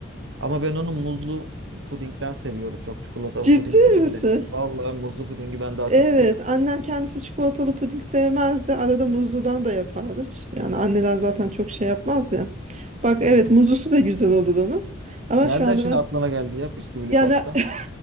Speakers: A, on the right; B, on the right.
A: Ama ben onu muzlu pudingden seviyorum. Çok çikolatalı
B: Ciddi
A: puding değil
B: misin?
A: de. Vallahi muzlu pudingi ben daha
B: Evet
A: çok seviyorum.
B: annem kendisi çikolatalı puding sevmezdi arada muzludan da yapardı. Ç- Yani anneler zaten çok şey yapmaz ya. Bak evet
A: Evet.
B: muzlusu da güzel olur onun. Ama
A: Nereden
B: şu anda
A: şimdi
B: ben
A: aklına geldi ya bisküvili
B: Ya
A: pasta?
B: ne- <laughs>